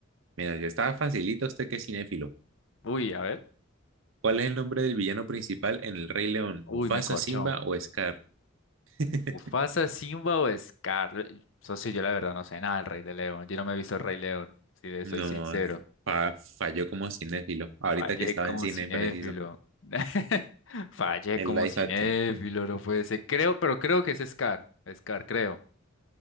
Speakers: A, on the right; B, on the left.
A: Mira, yo estaba facilito usted que es cinéfilo.
B: Uy, a ver.
A: ¿Cuál es el nombre del villano principal en El Rey León?
B: Uy,
A: ¿Mufasa,
B: me corchó.
A: Simba o Scar? <laughs>
B: ¿Mufasa, Simba o Scar? Socio, yo la verdad no sé nada del Rey de León. Yo no me he visto el Rey León, si le
A: No,
B: soy sincero.
A: fa- falló como cinéfilo. Ahorita
B: Fallé
A: que estaba
B: como
A: en cine,
B: cinéfilo.
A: preciso.
B: <laughs> Fallé
A: El
B: como
A: live
B: cinéfilo,
A: action.
B: no puede ser. Creo, pero creo que es Scar. Scar, creo.